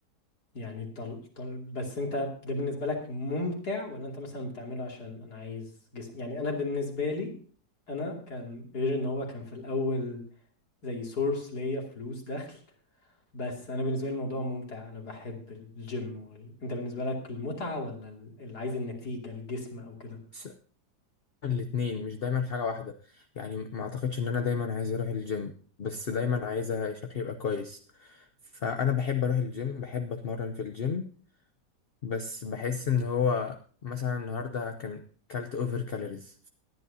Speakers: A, on the left; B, on the left.
A: يعني طل... طل... بس انت ده بالنسبة لك ممتع ولا انت مثلا بتعمله عشان انا عايز جسم يعني انا بالنسبة لي انا كان غير ان هو كان في الأول زي سورس ليا فلوس دخل بس انا بالنسبه لي الموضوع ممتع انا بحب الجيم وال... انت بالنسبه لك المتعه ولا ال- اللي عايز النتيجه الجسم او كده
B: بس الاتنين مش دايما حاجه واحده يعني ما اعتقدش ان انا دايما عايز اروح الجيم بس دايما عايز شكلي يبقى كويس فانا بحب اروح الجيم بحب اتمرن في الجيم بس بحس ان هو مثلا النهارده كان كلت اوفر كالوريز